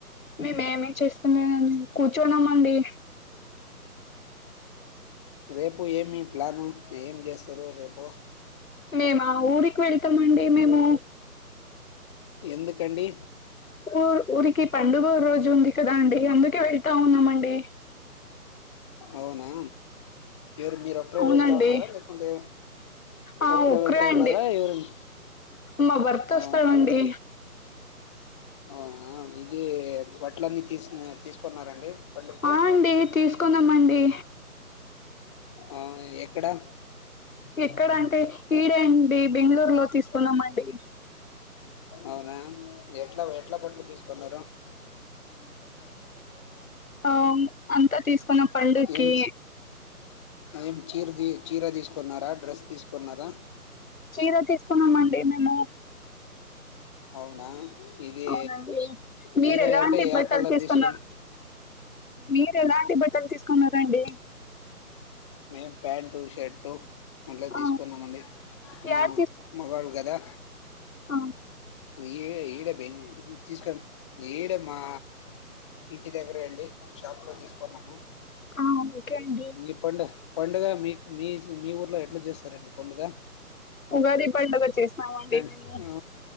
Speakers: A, on the left (about 60°); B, on the left (about 20°).
A: మేమేమి చేస్తలేనని కూర్చున్నామ అండి.
B: రేపు ఏమి ప్లాను ఏం చేస్తారు రేపు.
A: మేమ ఊరికి వెళ్తామండి మేము.
B: ఎందుకండి.
A: ఊ ఊరికి పండుగ రోజు ఉంది. కదా అండి అందుకే వెళ్తా ఉన్నామండి.
B: అవునా ఎవరు మీరు ఒక్కరే
A: అవునండి
B: వెళ్తా ఉన్నారా లేకుంటే
A: ఆ
B: ఒకరే
A: ఒక్కరే
B: వెళ్తా
A: అండి
B: ఉన్నారా ఎవరన్న
A: మా భర్త
B: ఆ
A: వస్తాడండి
B: అవునా ఇది బట్టల అన్నీ తీసు తీసుకున్నారండి. పండుగకి
A: ఆ అండి తీసుకున్నాం అండి.
B: ఆహ్ ఎక్కడా.
A: ఎక్కడ అంటే ఈడే అండి బంగళూరు లో తీసుకున్నామండి
B: అవునా ఎట్లా ఎట్ల పండ్లు తీసుకున్నారు
A: ఆహ్ అంతా తీసు కొన పడుగకి
B: ఏం ఏం చీర తీ చీర తీసుకున్నారా డ్రెస్ తీసుకున్నారా
A: చీర తీసుకున్నామండి మేము
B: అవునా ఇది
A: అవున అండి మీరు
B: చీర
A: ఎలాంటి
B: అంటే ఏ
A: బట్టలు
B: కలర్
A: తీసుకున్నారు
B: తీసుకున్నా
A: మీరు ఎలాంటి బట్టలు తీసుకున్నారండి
B: మేం ప్యాంటు షర్టు మళ్ళ
A: ఆ
B: తీసుకున్నామండి
A: యాడ
B: మా మగాళ్ళు కదా
A: ఆహ్
B: ఈ ఈడే బెంగ్ తీసుకన్ ఈడే మా ఇంటి దగ్గరే అండి మా షాప్ లో తీసుకున్నాము
A: ఆహ్ ఓకే అండి
B: మీ పండు పండుగ మీ మీ మీ ఊర్లో ఎట్లా చేస్తారండి పండుగ
A: ఉగాది పడుగచ్చసినామండి
B: అండ్
A: మేము
B: ఆ